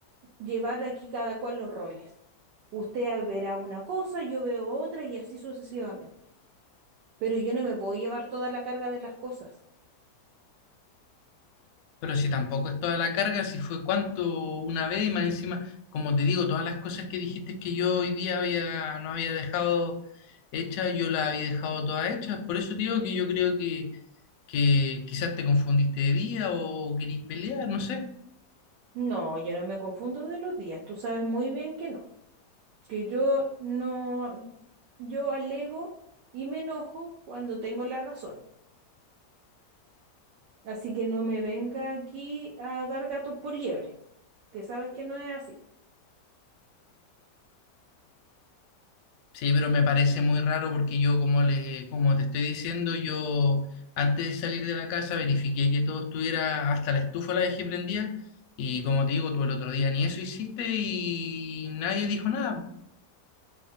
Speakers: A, on the right (about 80°); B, on the left (about 70°).
A: llevar aquí cada cual los roles. Usted verá una cosa, yo veo otra y así sucesivamente. Pero yo no me puedo llevar toda la carga de las cosas.
B: Pero si tampoco es toda la carga, si fue cuánto una vez y más encima, como te digo, todas las cosas que dijiste que yo hoy día había, no había dejado hechas, yo las había dejado todas hechas. Por eso te digo que yo creo que que quizás te confundiste de día o querís pelear, no sé.
A: No, yo no me confundo de los días. Tú sabes muy bien que no. Que yo no, yo alego y me enojo cuando tengo la razón. Así que no me venga aquí a dar gatos por liebre, que sabes que no es así.
B: Sí, pero me parece muy raro porque yo, como le, como te estoy diciendo, yo antes de salir de la casa verifiqué que todo estuviera, hasta la estufa la dejé prendida y como te digo, tú el otro día ni eso hiciste y nadie dijo nada.